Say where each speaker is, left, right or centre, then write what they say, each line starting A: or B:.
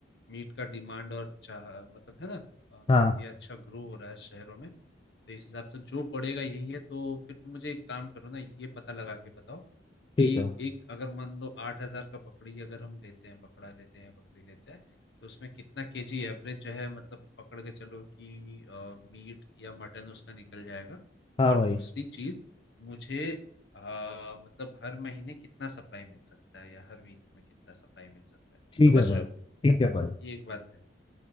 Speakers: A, on the left (about 65°); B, on the left (about 25°).
A: मीट का डिमांड और चाह मतलब है ना
B: हाँ
A: अ, ये अच्छा ग्रो हो रहा है शहरों में तो इस हिसाब से जो पड़ेगा यही है तो फिर तुम मुझे एक काम करो ना ये पता लगा के बताओ
B: ठीक
A: कि
B: है
A: एक अगर मान लो आठ हजार का पकड़ी अगर हम लेते हैं पकड़ा लेते हैं पकड़ी लेते हैं तो उसमें कितना केजी एवरेज जो है मतलब पकड़ के चलो कि मीट या मटन उसका निकल जाएगा
B: हाँ
A: और
B: भाई
A: दूसरी चीज मुझे अ, मतलब हर महीने कितना सप्लाई मिल सकता है या हर वीक में कितना सप्लाई मिल सकता है
B: ठीक
A: समझ
B: है
A: रहे
B: भाई
A: हो
B: ठीक है भाई
A: ये एक बात है